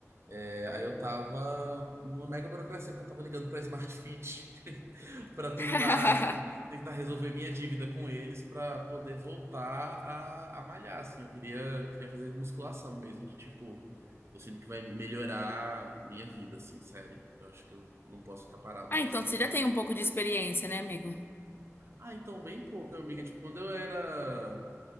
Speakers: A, on the right; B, on the left.
A: É, aí eu tava numa mega burocracia, porque eu tava ligando pra Smart Fit <laughs> pra tentar,
B: <laughs>
A: tentar resolver minha dívida com eles pra poder voltar a, a malhar, assim. Eu queria, queria fazer musculação mesmo, que tipo, eu sinto que vai melhorar minha vida, assim, sério. Eu acho que eu não posso ficar parado
B: Ah,
A: mais
B: então
A: tempo.
B: você já
A: não.
B: tem um pouco de experiência, né, amigo?
A: Ah, então, bem pouco, amiga. Tipo, quando eu era